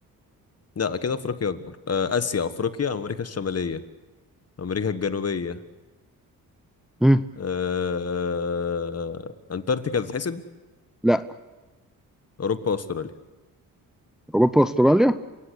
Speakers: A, on the left; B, in the centre.
A: لا كده افريقيا اكبر آه، اسيا افريقيا امريكا الشماليه امريكا الجنوبيه
B: مم.
A: آه، انتاركتيكا تتحسب
B: لا
A: اوروبا استراليا
B: أوروبا أستراليا